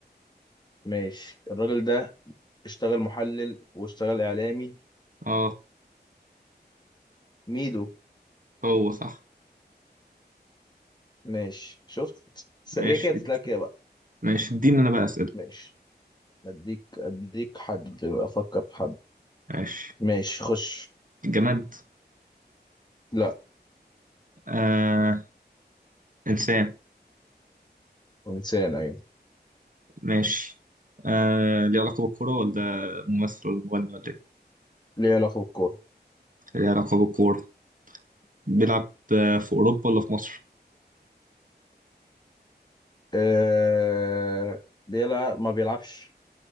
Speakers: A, on the left (about 25°); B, on the right (about 50°).
A: ماشي الراجل ده اشتغل محلل واشتغل اعلامي
B: اه
A: ميدو
B: هو صح
A: ماشي شفت س-
B: ماشي
A: هي كده بتتلعب كده بقى
B: ماشي اديني انا بقى اسئله
A: ماشي اديك اديك حد افكر في حد
B: ماشي
A: ماشي خش
B: جماد
A: لا
B: آه انسان
A: انسان ايوه
B: ماشي آه ليه علاقة بالكورة ولا ممثل ولا مغني ولا ايه؟
A: ليه علاقه بالكوره
B: ليه علاقة بالكورة بيلعب آه، في أوروبا ولا في مصر؟
A: آه... ليه لا ما بيلعبش